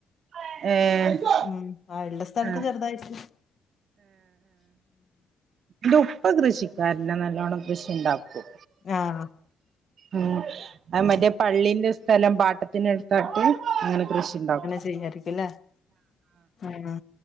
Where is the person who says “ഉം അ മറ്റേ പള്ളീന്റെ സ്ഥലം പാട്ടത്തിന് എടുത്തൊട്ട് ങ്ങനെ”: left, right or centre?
Right